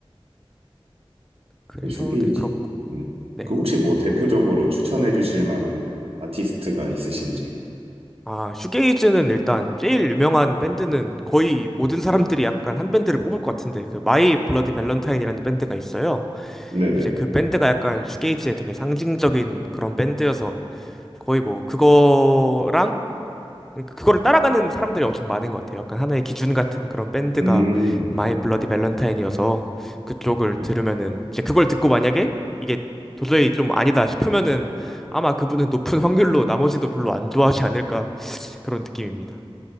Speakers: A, in the centre; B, on the right.
A: 그래서
B: 그 슈게이지.
A: 네, 그렇고.
B: 네.
A: 네.
B: 그 혹시 뭐 대표적으로 추천해 주실 만한 아티스트가 있으신지.
A: 아, 슈게이즈는 일단 제일 유명한 밴드는 거의 모든 사람들이 약간 한 밴드를 뽑을 것 같은데 그 마이 블러디 밸런타인이라는 밴드가 있어요.
B: 네네.
A: 이제 그 밴드가 약간 슈게이지의 되게 상징적인 그런 밴드여서 거의 뭐 그거랑 그거를 따라가는 사람들이 엄청 많은 것 같아요. 약간 하나의 기준 같은 그런 밴드가
B: 음.
A: 마이 블러디 밸런타인이어서 그쪽을
B: 네.
A: 들으면은 이제 그걸 듣고 만약에 이게 도저히 좀 아니다 싶으면은 아마 그분은 높은 확률로 나머지도 별로 안 좋아하지 않을까 그런 느낌입니다.